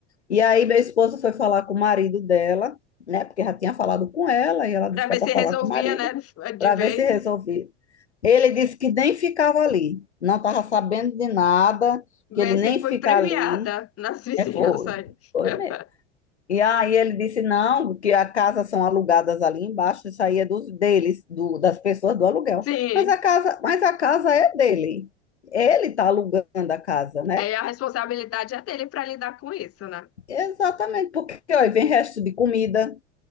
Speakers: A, on the left; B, on the left.
A: E aí meu esposo foi falar com o marido dela, né? Porque já tinha falado com ela, e ela
B: para
A: disse
B: ver
A: que é para
B: se
A: falar
B: resolvia,
A: com o marido,
B: né, de
A: para
B: vez.
A: ver se resolvia. Ele disse que nem ficava ali, não estava sabendo de nada, que
B: Ver
A: ele nem
B: se
A: fica
B: foi premiada
A: ali.
B: nas vizinhanças.
A: É, foi, foi
B: <laughs>
A: mesmo. E aí ele disse, não, que as casas são alugadas ali embaixo, isso aí é dos deles, do, das pessoas do aluguel.
B: Sim,
A: Mas a casa, mas a casa é dele. Ele está alugando a casa, né?
B: é, a responsabilidade é dele para lidar com isso, né?
A: Exatamente, porque ó, vem resto de comida,